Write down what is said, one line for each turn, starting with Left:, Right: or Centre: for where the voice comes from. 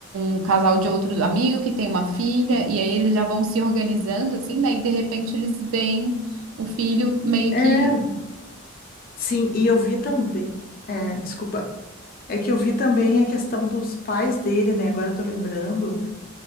Right: um casal de outro amigo que tem uma filha, e aí eles já vão se organizando assim, né? E de repente eles veem o filho meio
Left: É,
Right: que
Left: sim, e eu vi também. É, desculpa. É que eu vi também a questão dos pais dele, né? Agora eu tô lembrando,